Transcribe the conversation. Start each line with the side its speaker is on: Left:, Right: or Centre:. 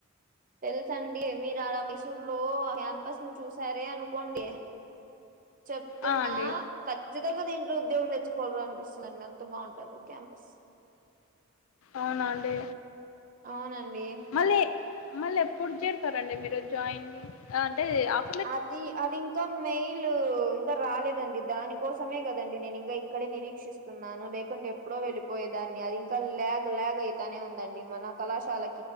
Right: తెలుసండి మీరు ఆడ మైసూరు లో క్యాంపస్ ని చూసారే అనుకోండి చెప్తున్నా
Left: ఆ అండి
Right: ఖచ్చితంగా దీంట్లో ఉద్యోగం తెచ్చుకోవాలీర అనిపిస్తుంది అంత బాగుంటది క్యాంపస్
Left: అవునా అండి
Right: అవునండి
Left: మళ్ళీ మళ్ళీ ఎప్పుడు చేరుతారండి మీరు జాయిన్ అంటే అప్
Right: అది అది ఇంకా మెయి ట్లూ ఇంకా రాలేదండి దానికోసమే కదండి నేను ఇంకా ఇక్కడే నిరీక్షిస్ స్తున్నాను లేకుంటే ఎప్పుడో వెళ్ళిపోయేదాన్ని అది ఇంకా ల్యాగ్ ల్యాగ్ అయితానే ఉందండి మన కళాశాల